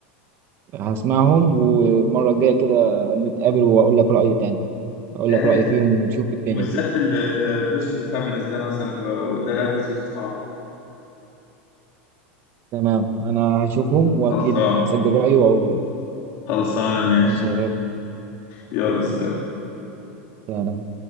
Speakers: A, on the right; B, on the left.
A: هسمعهم والمره الجايه كده نتقابل واقول لك رايي تاني اقول
B: ده
A: لك
B: لازم
A: رايي فيهم ونشوف الدنيا
B: وبالذات
A: كده
B: البيرسيت اوف هابينس ده مثلا و- وده لا- لازم تسمعه
A: تمام انا هشوفهم
B: خلصان
A: واكيد هسجل رايي واقوله لك
B: خلصانة ماشي
A: ماشي يا غالي
B: يلا سلام
A: سلام